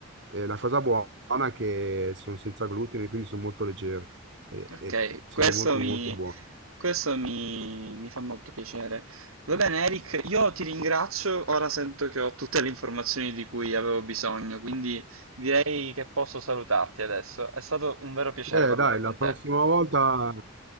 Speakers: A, on the right; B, on the right.
A: E la cosa buona è che sono senza glutine, quindi sono molto leggere e,
B: Ok,
A: e sono
B: questo
A: molto
B: mi,
A: molto buone.
B: questo mi, mi fa molto piacere. Va bene, Eric, io ti ringrazio. Ora sento che ho tutte le informazioni di cui avevo bisogno, quindi direi che posso salutarti adesso. È stato un vero piacere
A: Eh,
B: parlare
A: dai,
B: con
A: la prossima
B: te.
A: volta...